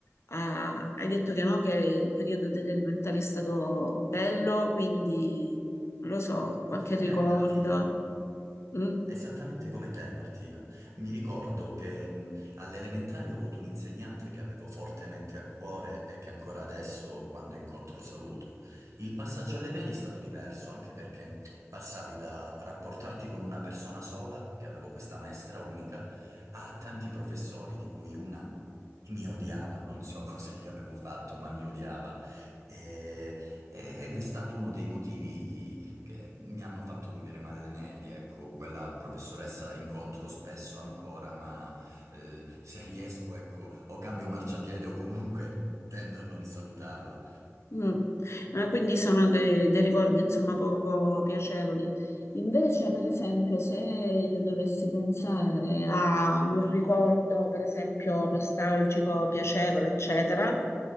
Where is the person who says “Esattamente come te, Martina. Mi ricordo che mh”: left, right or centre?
Right